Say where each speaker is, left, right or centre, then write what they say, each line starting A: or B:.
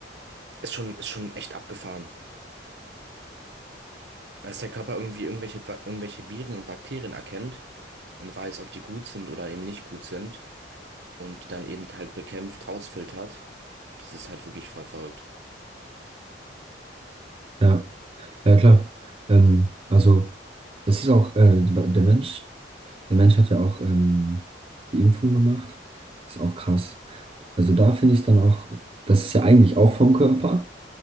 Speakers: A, on the right; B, on the right.
A: Ist schon, ist schon echt abgefahren. Dass der Körper irgendwie irgendwelche, Ba- irgendwelche Viren und Bakterien erkennt und weiß, ob die gut sind oder eben nicht gut sind und die dann eben halt bekämpft, rausfiltert. Das ist halt wirklich voll verrückt.
B: ja, ja klar. Ähm, also es ist auch, äh, der Mensch Der Mensch hat ja auch ähm, die Impfung gemacht. Das ist auch krass. Also da finde ich es dann auch, das ist ja eigentlich auch vom Körper,